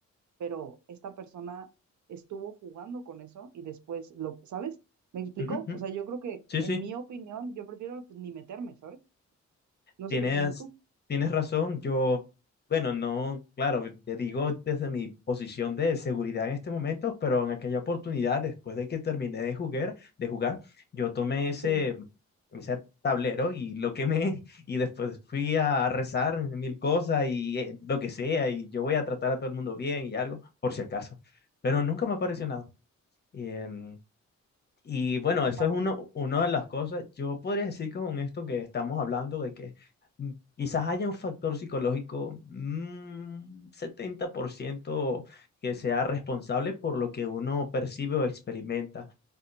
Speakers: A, on the right; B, on the left.
A: pero esta persona estuvo jugando con eso y después lo, ¿sabes? ¿Me explico?
B: ujú,
A: O
B: ujú.
A: sea, yo creo que,
B: Sí,
A: en
B: sí.
A: mi opinión, yo prefiero pues, ni meterme, ¿sabes? No
B: Tienes,
A: sé qué piensas tú.
B: tienes razón. Yo, bueno, no, claro, te digo desde mi posición de seguridad en este momento, pero en aquella oportunidad, después de que terminé de jugar, de jugar, yo tomé ese,
A: Sí,
B: ese tablero y lo quemé <laughs> y después fui a rezar mil cosas y eh, lo que sea y yo voy a tratar a todo el mundo bien y algo, por si acaso. Pero nunca me apareció nada. Em, Y bueno, eso
A: ah,
B: es uno, una de las cosas. Yo podría decir con esto que estamos hablando de que mm, quizás haya un factor psicológico, mm, 70% que sea responsable por lo que uno percibe o experimenta.